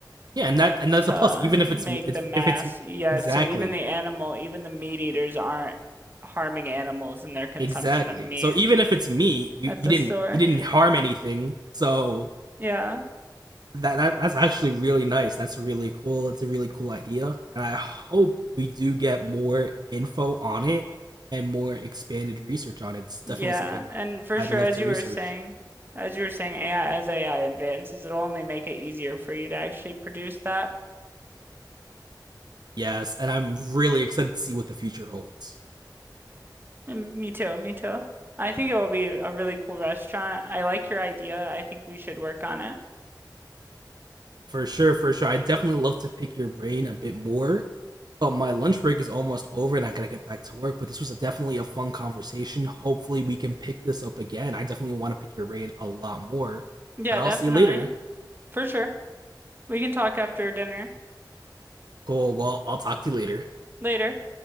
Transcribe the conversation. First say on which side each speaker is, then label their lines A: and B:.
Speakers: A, on the right (about 60°); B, on the right (about 25°).
A: Yeah, and that and that's
B: to
A: a plus. Even if
B: make
A: it's it's
B: the mass.
A: if it's
B: Yeah,
A: exactly
B: so even the animal, even the meat eaters aren't harming animals in their consumption
A: exactly.
B: of meat
A: So even if it's me, you,
B: at
A: you
B: the
A: didn't
B: store.
A: you didn't harm anything. So
B: Yeah,
A: that, that that's actually really nice. That's really cool. It's a really cool idea, and I hope we do get more info on it and more expanded research on it. It's definitely
B: yeah,
A: something
B: and for
A: I'd
B: sure,
A: love
B: as
A: to
B: you
A: research.
B: were saying, as you were saying, AI, as AI advances, it'll only make it easier for you to actually produce that.
A: Yes, and I'm really excited to see what the future holds.
B: Mm, Me too, me too. I think it will be a really cool restaurant. I like your idea. I think we should work on it.
A: For sure, for sure. I definitely love to pick your brain a bit more. But my lunch break is almost over and I gotta get back to work. But this was a, definitely a fun conversation. Hopefully, we can pick this up again. I definitely want to pick your brain a lot more.
B: Yeah,
A: But I'll
B: definitely.
A: see you later.
B: For sure. We can talk after dinner.
A: Cool. Well, I'll talk to you later.
B: Later.